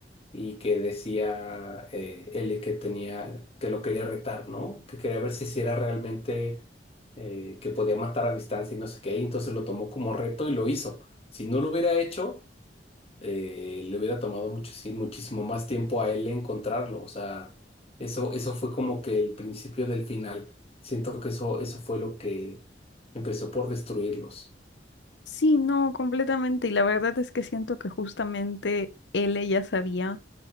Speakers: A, on the left; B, on the left.
A: y que decía eh, él que tenía, que lo quería retar, ¿no? Que quería ver si sí era realmente eh, que podía matar a distancia y no sé qué, y entonces lo tomó como reto y lo hizo. Si no lo hubiera hecho, eh, le hubiera tomado mucho, sí, muchísimo más tiempo a él encontrarlo. O sea, eso, eso fue como que el principio del final. Siento que eso, eso fue lo que empezó por destruirlos.
B: Sí, no, completamente. Y la verdad es que siento que justamente él ya sabía.